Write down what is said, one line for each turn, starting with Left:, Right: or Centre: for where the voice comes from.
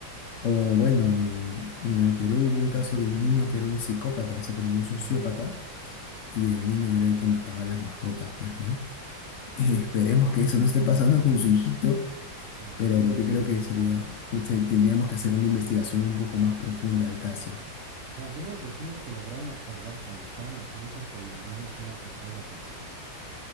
Left: O bueno, en, en el Perú hubo un caso de un niño que era un psicópata, eso, pero un sociópata,
Right: Ujú.
Left: y el niño era el que mataba a las mascotas, pues, ¿no? <laughs> esperemos que eso no esté pasando con su hijito,
Right: Mm,
Left: pero
Right: Sí, sí,
Left: yo
Right: también.
Left: creo que sería, o sea, tendríamos que hacer una investigación un poco más profunda del caso.
Right: Pues, algunos vecinos que lograron observar cuando estaban aquí dicen que el niño sí maltrataba a las mascotas.